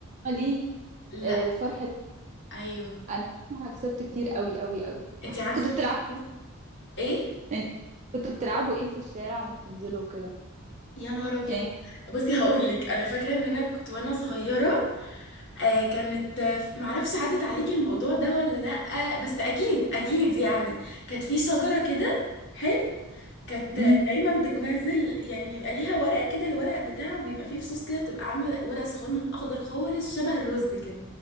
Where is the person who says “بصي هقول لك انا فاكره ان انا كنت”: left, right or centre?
Left